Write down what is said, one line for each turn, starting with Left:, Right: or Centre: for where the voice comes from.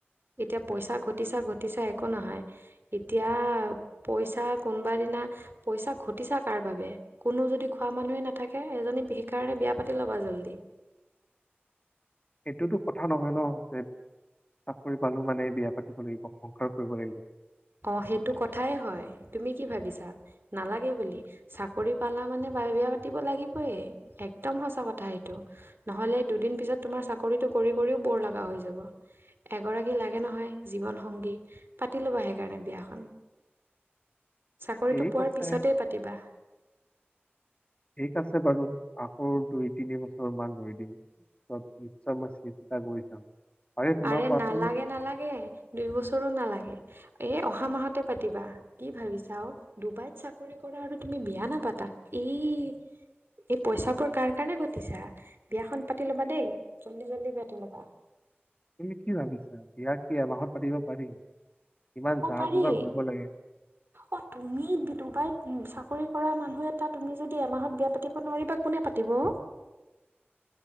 Right: এতিয়া পইচা ঘটিছা ঘটিছা একো নহয় এতিয়া পইচা কোনোবা দিনা। পইচা ঘটিছা কাৰ বাবে কোনো যদি খোৱা মানুহে নাথাকে এজনী সেই কাৰণে বিয়া পাতি ল'বা। জলদি।
Left: এইটোতো কথা নহয় ন যে চাকৰি পালো মানে বিয়া পাতিব লাগিব। সংসাৰ কৰিব লাগিব
Right: অ সেইটো কথাই হয় তুমি। কি ভাবিছা নালাগে বুলি চাকৰি পালা মানে এবাৰ বিয়া পাতিব লাগিবই একদম। সঁচা কথা সেইটো নহলে দুদিন পিছত তোমাৰ চাকৰিতটো কৰি কৰিও বৌৰ লগা হৈ যাব। এগৰাকী লাগে নহয় জীৱন সংগী। পাতি লবা সেইকাৰণে বিয়াখন। চাকৰিটো
Left: ঠিক
Right: পোৱাৰ
Left: আছে
Right: পিছতেই পাতিবা।
Left: ঠিক আছে বাৰু আকৌ দুই তিনি বছৰ মান ৰৈ দিম চব নিশ্চয়ত মই চিন্তা কৰি চাম। পাৰে তোমাৰ
Right: আৰে
Left: কোৱাচোন
Right: নালাগে নালাগে দুই বছৰো নালাগে। এ অহা মাহতে পাতিবা কি ভাবিছা অ ডুবাইত চাকৰি কৰা আৰু তুমি বিয়া নাপাতা। ই। এই পইচাবোৰ কাৰ কাৰণে ঘটিছা বিয়াখন পাতি লবা দেই জল্দি জল্দি পাতি লবা।
Left: তুমি কি ভাবিছা বিয়া কি এমাহত পাতিব। পাৰি কিমান
Right: অ
Left: জাহ
Right: পাৰি
Left: যোগাৰ কৰিব লাগে।
Right: অ তুমি ডুবাই চাকৰি। কাম কৰা মানুহ এটা তুমি যদি এমাহত বিয়া পাতিব নোৱাৰিবা কোনে পাতিব অ।